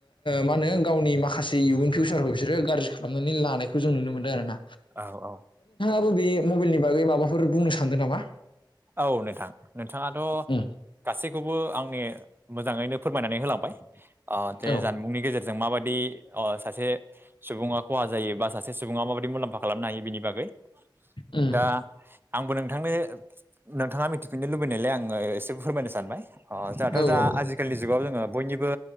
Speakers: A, on the left; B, on the right.
A: मा होनो गावनि माखासे इयुन फिउसारखौ बिसोरो गाज्रि खालामनानै लानायखौ जों नुनो मोन्दों आर ना।
B: औ औ।
A: बे मबाइलनि बागै माबाफोर बुंनो सानदों नामा?
B: औ नोंथां नोंथाङाथ'
A: उम
B: गासैखौबो आंनि मोजाङैनो फोरमायनानै होलांबाय ओ जे
A: औ
B: जानबुंनि गेजेरजों मा बायदि दि ओ सासे सुबुङा खहा जायो बा सासे सुबुङा माबाददि मुलाम्फा खालामनो हायो बिनि बागै दा
A: उम
B: आंबो नोंथांनो नोंथाङा मिथिफिननो लु बैनायलाय आंङो एसे फोरमायनो सानबाय ओ जोंहाथ'
A: औ
B: जोंहा
A: औ
B: आजिखालिनि जुगाव जोङो बयनिबो